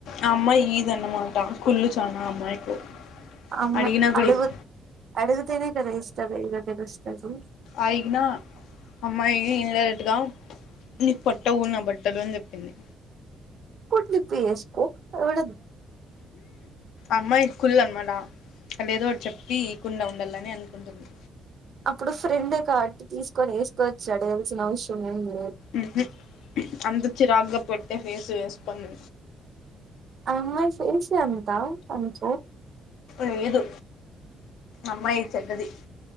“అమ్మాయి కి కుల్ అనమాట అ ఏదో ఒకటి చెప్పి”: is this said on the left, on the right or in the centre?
Left